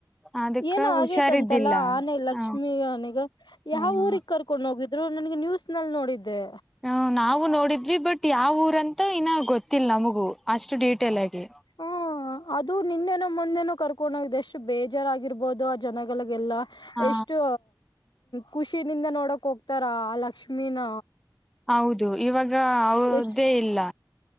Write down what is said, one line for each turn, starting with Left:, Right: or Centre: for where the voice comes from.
Centre: ಅದಕ್ಕ
Left: ಏನ ಆಗೇತಂತಲ್ಲ
Centre: ಹುಷಾರಿದ್ದಿಲ್ಲ
Left: ಆನೆ ಲಕ್ಷ್ಮೀ
Centre: ಹ
Left: ಆನಿಗ ಯಾವ
Centre: ಹ್ಮ್
Left: ಊರಿಗ್ ಕರ್ ಕಕೊಂಡು ಹೋಗಿದ್ರು ನನ್ಗೆ ನ್ಯೂಸ್ ನಲ್ಲಿ ನೋಡಿದ್ದೆ
Centre: ಹ ನಾವು ನೋಡಿದ್ವಿ ಬಟ್ ಯಾವ ಊರಂತ ಇನ್ನ ಗೊತ್ತಿಲ್ಲ ನಮಗೂ ಅಷ್ಟು ಡೀಟೇಲ್ ಆಗಿ
Left: ಹ್ಮ ಅದು ನಿನ್ನೆನೋ ಮುಂದೆನೋ ಕರ್ಕೊಂಡು ಹೋಗಿದೆ ಎಷ್ಟು ಬೇಜಾರಾಗಿರ್ಬೋದು ಆ ಜನಗಳಿಗೆಲ್ಲ
Centre: ಹ
Left: ಎಷ್ಟು ಖುಷಿನಿಂದ ನೋಡಕ್ ಹೋಗ್ತಾರ ಆ ಲಕ್ಷ್ಮಿನ
Centre: ಹೌದು ಇವಾಗ ಹದೇ
Left: ಎಷ್ಟ್
Centre: ಇಲ್ಲ